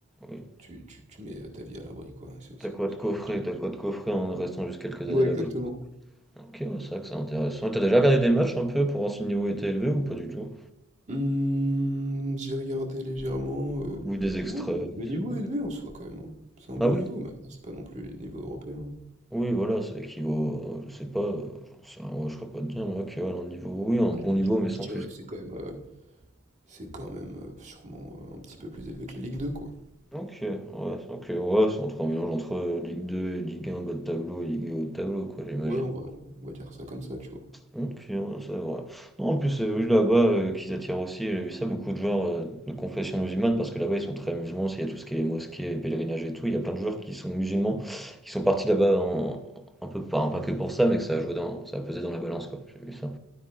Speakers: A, in the centre; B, on the right.
A: oui,
B: tu, tu, tu mets euh, ta vie à l'abri, quoi. C'est- c'est-
A: t'as quoi de
B: c'est-
A: coffrer
B: je peux dire.
A: t'as quoi de coffrer en restant juste quelques
B: Ouais,
A: années là-bas,
B: exactement.
A: OK, ouais, c'est vrai que c'est intéressant et tu déjà regardé des matchs un peu pour voir si le niveau était élevé ou pas du tout?
B: Hmm, j'ai regardé légèrement. euh,
A: Ou des extraits,
B: ouais, le, le
A: je
B: niveau
A: sais pas?
B: est élevé en soi, quand même. hein. C'est un bon
A: Ah oui?
B: niveau, mais après, c'est pas non plus les niveaux européens. hein.
A: Oui, voilà, ça équivaut, euh, je sais pas, euh, j'en sais rien, ouais, je serais pas de dire, moi, que ouais, un niveau, oui, un
B: Moi,
A: bon
B: Je,
A: niveau,
B: je-
A: mais sans
B: je dirais
A: plus, quoi.
B: que c'est quand même. euh, c'est quand même euh, sûrement euh, un petit peu plus élevé que la Ligue 2, quoi.
A: Ok, ouais, ok, ouais, c'est entre un mélange entre euh, Ligue 2 et Ligue un bas de tableau, et Ligue 1 haut de tableau, quoi, j'imagine.
B: Ouais, on va, on va dire ça comme ça, tu vois.
A: Ok, ouais, ça, voilà. Non, en plus, euh, oui, là-bas, euh, qu'ils attirent aussi, j'ai vu ça, beaucoup de joueurs euh, de confession musulmane, parce que là-bas, ils sont très musulmans, s'il y a tout ce qui est mosquée, pèlerinage et tout, il y a plein de joueurs qui sont musulmans, qui sont partis là-bas en- un peu, pas, pas que pour ça, mais que ça a joué dans, ça a pesé dans la balance, quoi, j'ai vu ça.